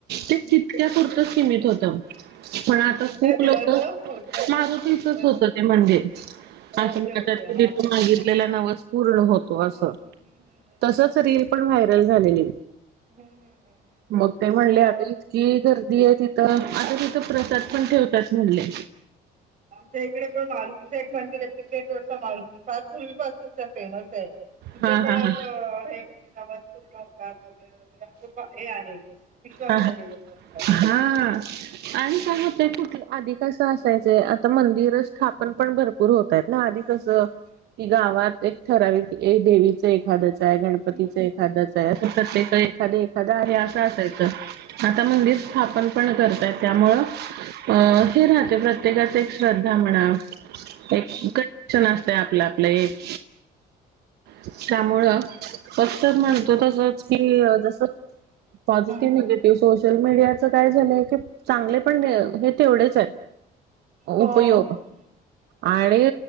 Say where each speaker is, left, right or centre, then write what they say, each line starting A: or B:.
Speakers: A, on the right; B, on the right.
A: ते
B: हम्म.
A: तितक्या पूर्त सीमित होत पण आता
B: कोणत्या
A: खूप
B: देवाचं
A: लोक
B: कोणत्या दे
A: मारुतीच
B: पण
A: होत ते मंदिर. <unintelligible>
B: ओके ओके हा
A: तिथ
B: हा
A: मागितलेला नवस पूर्ण
B: हम्म,
A: होतो असं.
B: हम्म, हम्म,
A: तसच रील पण व्हायरल झालेली
B: हम्म, हम्म, हम्म, हम्म, हम्म, हम्म.
A: मग ते म्हणले
B: हो
A: आता इथ कि गर्दी आहे तिथं आता तिथं प्रसाद पण ठेवतात म्हणले.
B: त्या इकडे पण मारुतीचं एक मंदिर आहे तिकेट रडचा मारुती फार पूर्वीपसूनचा फेमस आहे. तिथ
A: हा
B: पण
A: हा
B: असं
A: हा
B: हे म्हणजे नवस पूर्ण होतात वगैरे वगैरे असं हे आहे. विश्वास
A: ह हा
B: आहे लोकांचा
A: हा. आणि सांगात नाही कुठल आधि कसं असायचंय आता मंदिर स्थापन पण भरपूर होत तेत ना आधी कसं
B: हम्म,
A: कि गावात एक ठराविक ए देवीच एक एखाद्याच आहे गणपतीच
B: हम्म,
A: एखादंच आहे असं प्रत्येक एखादं एखादं आहे असं असायचं. आता मंदिर स्थापन पण करतय त्यामुंळ अ हे राहते प्रत्य प्रत्येकाच एक श्रद्धा म्हणा एक
B: हम्म, हम्म,
A: कनेक्शन असते आपलं आपलं एक. त्यामुळं
B: हम्म.
A: फक्त म्हणतो तसच की जस पॉझिटिव्ह
B: हम्म, हम्म,
A: निगेटिव्ह
B: हम्म.
A: सोशल मीडियाचं काय झालंय की चांगले पण हे तेवढेच आहेत.
B: हो
A: उपयोग
B: हो, हो.
A: आणि